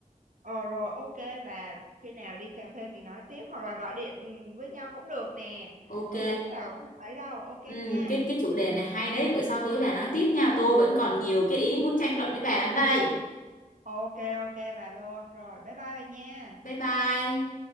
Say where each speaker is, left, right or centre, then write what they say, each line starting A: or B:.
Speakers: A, on the right; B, on the left.
A: Ờ rồi ok bà khi nào đi cà phê mình nói tiếp hoặc là gọi điện với nhau cũng được nè.
B: Ok.
A: Không nhất thiết là cũng phải tới đâu. Ok nha.
B: Ừ, cái cái chủ đề này hay đấy, bữa sau tối bà nói tiếp nha. Tôi vẫn còn nhiều cái ý muốn tranh luận với bà lắm đây.
A: Ok ok bà luôn rồi. Bye bye bà nha.
B: Bye bye.